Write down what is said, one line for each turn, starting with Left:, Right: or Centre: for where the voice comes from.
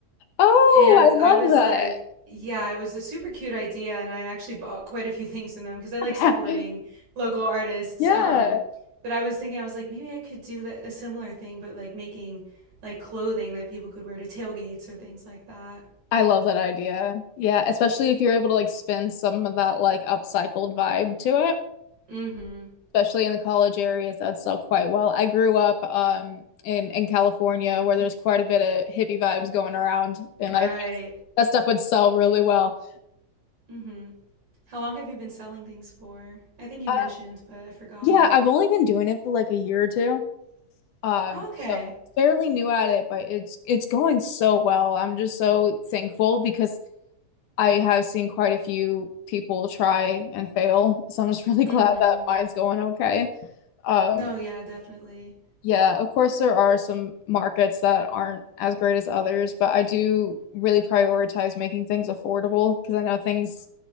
Left: Oh,
Right: And
Left: I love
Right: I was like, yeah, it was a super cute idea. And I actually bought quite a few things in them because I like
Left: that.
Right: supporting
Left: <laughs>
Right: local artists.
Left: Yeah.
Right: Um, but I was thinking, I was like, maybe I could do that, a similar thing, but like making like clothing that people could wear to tailgates or things like that.
Left: I love that idea. Yeah, especially if you're able to like spin some of that like upcycled vibe to it,
Right: Mm hmm.
Left: especially in the college areas that sell quite well. I grew up um in in California where there's quite a bit of hippie vibes going around and
Right: Right.
Left: I that stuff would sell really well.
Right: Mm hmm. How long have you been selling things for? I think you
Left: Uh,
Right: mentioned, but I forgot.
Left: yeah, I've only been doing it for like a year or two. Um,
Right: Okay.
Left: so fairly new at it, but it's it's going so well. I'm just so thankful because I have seen quite a few people try and fail. So I'm just really
Right: Mm
Left: <laughs> glad
Right: hmm.
Left: that mine's going okay. Um,
Right: No, yeah, definitely.
Left: yeah, of course, there are some markets that aren't as great as others, but I do really prioritize making things affordable because I know things